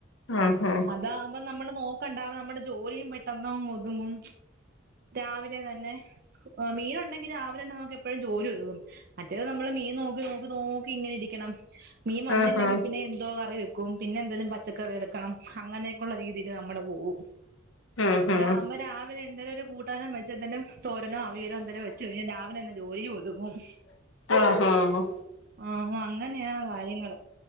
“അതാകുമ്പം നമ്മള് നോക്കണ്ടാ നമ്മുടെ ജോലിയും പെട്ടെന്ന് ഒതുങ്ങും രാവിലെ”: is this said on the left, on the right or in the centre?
Right